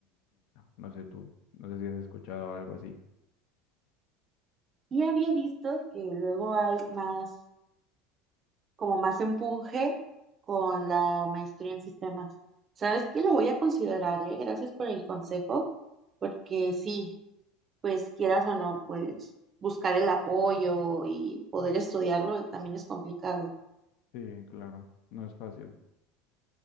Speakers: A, on the left; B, on the right.
A: No sé tú, no sé si has escuchado algo así.
B: Y había visto que luego hay más, como más empuje con la maestría en sistemas. ¿Sabes qué? Lo voy a considerar, ¿eh? Gracias por el consejo, porque sí, pues quieras o no, pues buscar el apoyo y poder estudiarlo también es complicado.
A: Sí, claro, no es fácil.